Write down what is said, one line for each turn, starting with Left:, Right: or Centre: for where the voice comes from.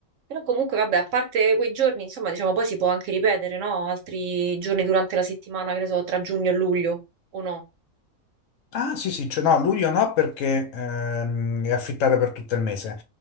Right: Però comunque, vabbè, a parte quei giorni, insomma, diciamo, poi si può anche ripetere, no? Altri giorni durante la settimana, che ne so, tra giugno e luglio, o no?
Left: Ah, sì, sì, cioè no, luglio no perché ehm, è affittata per tutto il mese,